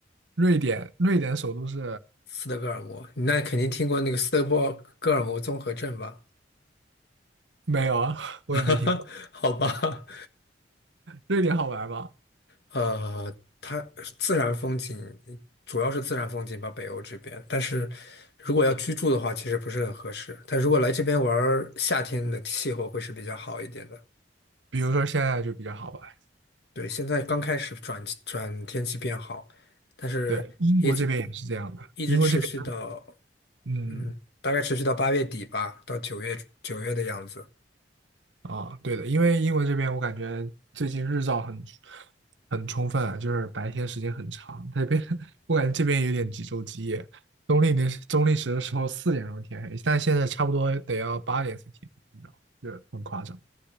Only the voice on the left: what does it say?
斯德哥尔摩，你那肯定听过那个斯德哥尔摩综合症吧？
<laughs> 好吧，
呃，它自然风景主要是自然风景吧，北欧这边。但是如果要居住的话，其实不是很合适。但如果来这边玩儿，夏天的气候会是比较好一点的。
对，现在刚开始转转天气变好，但是一直
一直持续到
嗯，大概持续到八月底吧，到九月九月的样子。